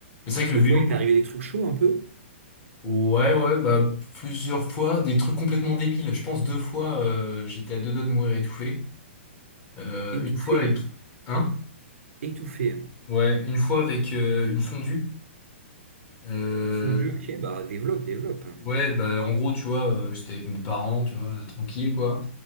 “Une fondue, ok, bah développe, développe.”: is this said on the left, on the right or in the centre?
Right